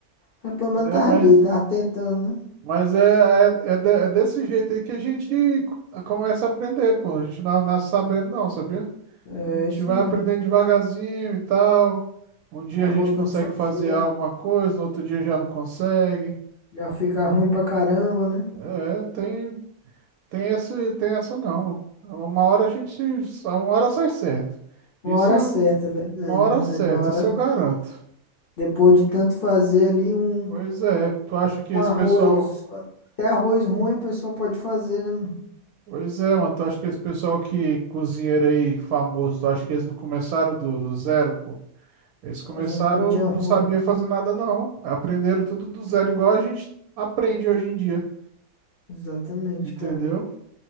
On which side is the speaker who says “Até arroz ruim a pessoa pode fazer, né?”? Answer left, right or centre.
Left